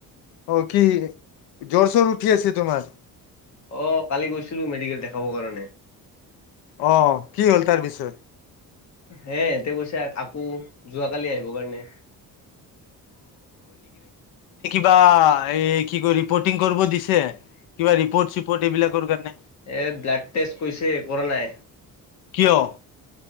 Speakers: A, on the left (about 80°); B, on the left (about 50°).
A: অ কি জৰ চৰ উঠি আছে তোমাৰ?
B: অ কালি গৈছিলো মেডিকেল দেখাবৰ কাৰণে।
A: অ কি হ'ল তাৰপিছত?
B: সেই এতে কৈছে আকৌ যোৱাকালি আহিব কাৰণে।
A: বা এই কি ক ৰিপৰ্টিং কৰিব দিছে? কিবা ৰিপৰ্ট চিপৰ্ট এইবিলাকৰ কাৰণে
B: এ ব্লাড টেষ্ট কৈছে কৰা নাই
A: কিয়?